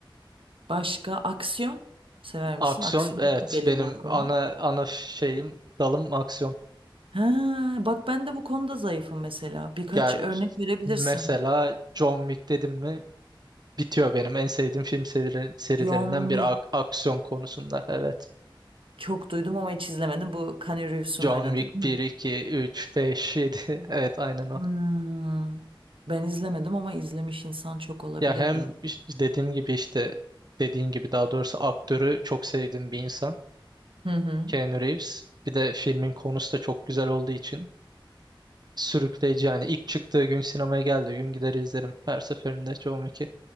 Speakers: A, on the right; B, on the right.
A: Başka aksiyon sever
B: Aksiyon
A: misin? Aksiyon
B: evet
A: geliyor
B: benim
A: mu aklıma?
B: ana ana şeyim dalım aksiyon.
A: Ha, bak ben de bu konuda zayıfım mesela. Birkaç
B: Yani
A: örnek verebilirsin.
B: mesela John Wick dedim mi bitiyor benim en sevdiğim film seri- serilerinden
A: John
B: bir
A: Wick.
B: ak- aksiyon konusunda evet.
A: Çok duydum ama hiç izlemedim. Bu Keanu Reeves'un
B: John
A: oynadı
B: Wick
A: değil
B: bir
A: mi?
B: iki üç beş yedi <laughs> evet aynen o.
A: Hmm. Ben izlemedim ama izlemiş insan çok olabilir
B: Ya hem iş- dediğim gibi işte dediğin gibi daha doğrusu aktörü çok sevdiğim bir insan
A: Hı hı.
B: Keanu Reeves. Bir de filmin konusu da çok güzel olduğu için. Sürükleyici yani. ilk çıktığı gün sinemaya geldiği gün gider izlerim. Her seferinde çoğum iki.